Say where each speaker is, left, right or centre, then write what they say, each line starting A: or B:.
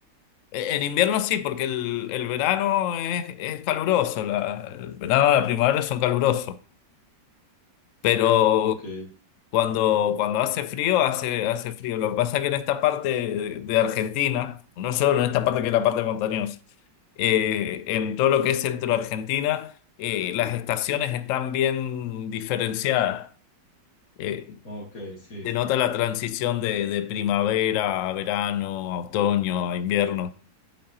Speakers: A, on the left; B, on the left.
A: E- En invierno sí, porque el, el verano es, es caluroso, la- el verano y la primavera son calurosos. Pero
B: Ok,
A: Cuando, cuando hace frío, hace, hace frío. Lo que pasa es que en esta parte de, de Argentina, no solo en esta parte que es la parte montañosa, eh, en todo lo que es centro de Argentina, eh, las estaciones están bien diferenciadas. Eh,
B: ok, sí,
A: denota la transición de, de primavera a verano, a otoño, a invierno. <laughs>